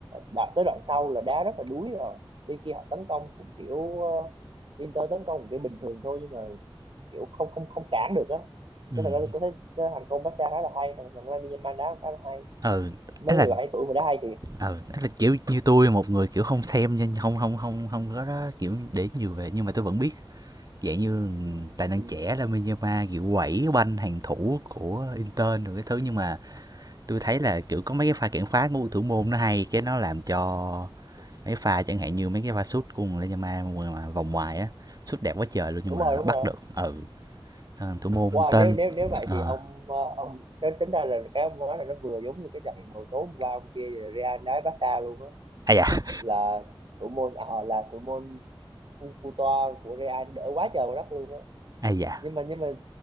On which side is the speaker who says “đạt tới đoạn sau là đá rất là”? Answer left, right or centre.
Right